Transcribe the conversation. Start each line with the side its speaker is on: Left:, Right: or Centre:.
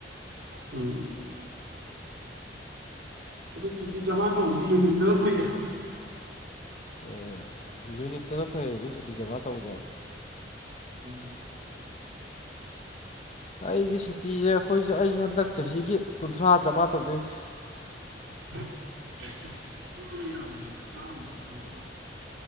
Right: ꯎꯝ ꯑꯗꯨ ꯆꯨꯇꯤ ꯖꯃꯥ ꯇꯧꯕꯖꯤ ꯌꯨꯅꯤꯠꯇꯅ ꯐꯩꯌꯦ ꯍꯥꯏꯕ
Left: ꯑ ꯌꯨꯅꯤꯠꯇꯅ ꯐꯩꯑꯗꯤ ꯁꯨꯇꯤ ꯖꯃꯥ ꯇꯧꯕꯁꯦ
Right: ꯎꯝ
Left: ꯑꯩꯗꯤ ꯁꯨꯇꯤꯖꯦ ꯑꯈꯣꯏꯖꯨ ꯑꯩꯖꯨ ꯍꯟꯗꯛ ꯆꯍꯤꯒꯤ ꯀꯨꯟꯊ꯭ꯔꯥ ꯖꯃꯥ ꯇꯧꯗꯣꯏꯅꯤ
Right: <inaudible>